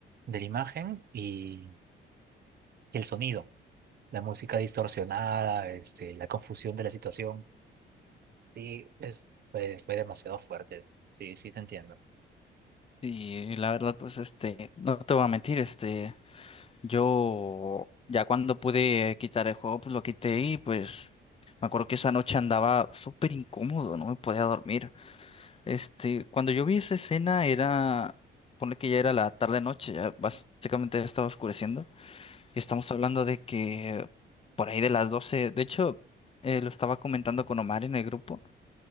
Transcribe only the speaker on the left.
Y la verdad pues este, no te voy a mentir, este... Yo ya cuando pude quitar el juego, pues lo quité y pues me acuerdo que esa noche andaba súper incómodo, no me podía dormir. Este, cuando yo vi esa escena era, pone que ya era la tarde noche, ya básicamente ya estaba oscureciendo. Y estamos hablando de que por ahí de las 12 de hecho, eh, lo estaba comentando con Omar en el grupo,